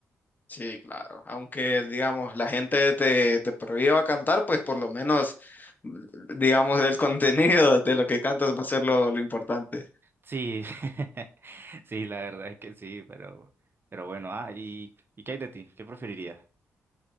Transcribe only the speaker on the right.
Sí, <laughs> sí, la verdad es que sí, pero, pero bueno, ah, ¿y, y qué hay de ti? ¿Qué preferirías?